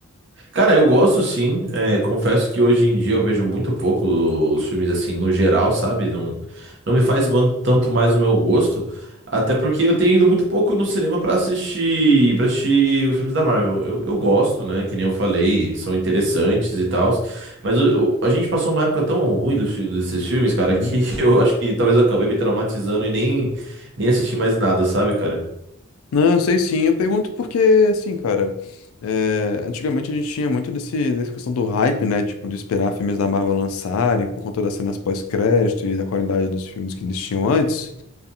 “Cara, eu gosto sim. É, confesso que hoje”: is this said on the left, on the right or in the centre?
Right